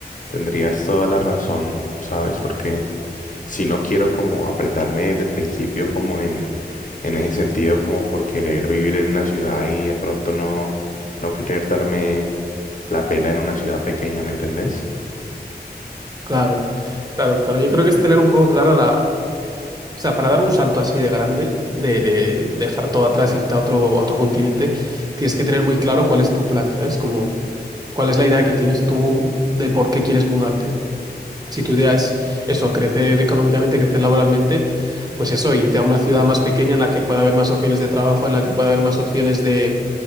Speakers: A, on the left; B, on the right.
A: tendrías toda la razón, ¿sabes? Porque si no quiero como apretarme desde el principio como en, en ese sentido, como por querer vivir en una ciudad y de pronto no, no querer darme la pela en una ciudad pequeña, ¿me entendés?
B: Claro, claro, claro. Yo creo que es tener un poco clara la... O sea, para dar un salto así de grande, de, de dejar todo atrás, irte a otro, a otro continente, tienes que tener muy claro cuál es tu plan, ¿sabes? Como cuál es la idea que tienes tú de por qué quieres mudarte. Si tu idea es eso, crecer económicamente, crecer laboralmente, pues eso, irte a una ciudad más pequeña en la que pueda haber más opciones de trabajo, en la que pueda haber más opciones de,